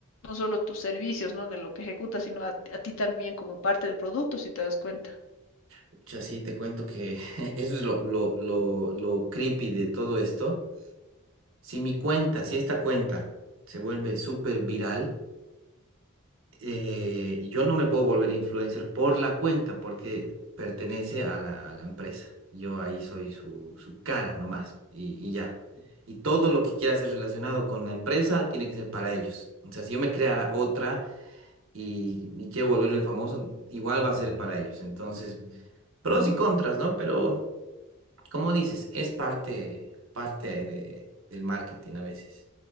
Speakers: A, on the left; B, on the right.
A: no solo tus servicios, ¿no? De lo que ejecutas, sino a, a ti también como parte del producto, si te das cuenta.
B: Pucha, sí, te cuento que <laughs> eso es lo, lo, lo, lo creepy de todo esto. Si mi cuenta, si esta cuenta se vuelve súper viral, eh, yo no me puedo volver influencer por la cuenta porque pertenece a la, a la empresa. Yo ahí soy su, su cara nomás y, y ya. Y todo lo que quiera ser relacionado con la empresa tiene que ser para ellos. O sea, si yo me creara otra y, y quiero volverme famoso, igual va a ser para ellos. Entonces, pros y contras, ¿no? Pero, como dices, es parte, parte de- del marketing a veces.